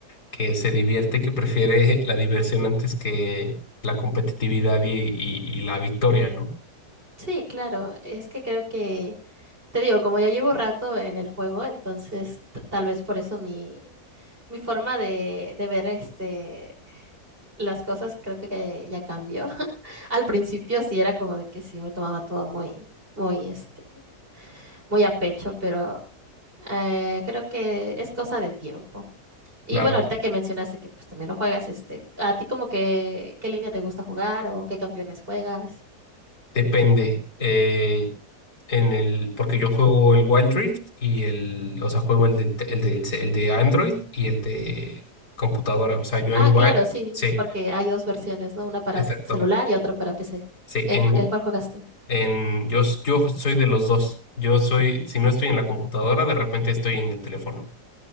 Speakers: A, on the left; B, on the right.
A: que se divierte, que prefiere <laughs> la diversión antes que la competitividad y, y- y la victoria, ¿no?
B: Sí, claro, es que creo que Te digo, como ya llevo rato en el juego, entonces t- tal vez por eso mi, mi forma de, de ver este, las cosas creo que ya cambió. <laughs> Al principio sí era como de que sí me tomaba todo muy, muy, este, muy a pecho, pero eh, creo que es cosa de tiempo. Y
A: Claro,
B: bueno, ahorita que mencionaste que pues también lo juegas, este, ¿a ti como que qué línea te gusta jugar o qué campeones juegas?
A: depende. eh, en el, porque yo juego el Wild Rift y el, o sea, juego el del, te- el del, ce- el de Android y el de computadora. O sea, yo
B: Ah,
A: en
B: claro,
A: Wild,
B: sí,
A: sí,
B: porque hay dos versiones, ¿no? Una para
A: exacto.
B: celular y otra para PC.
A: Sí,
B: ¿En,
A: en,
B: cu-
A: Wi-
B: en cuál juegas tú?
A: en, yo, s- yo soy de los dos. Yo soy, si no estoy en la computadora, de repente estoy en el teléfono.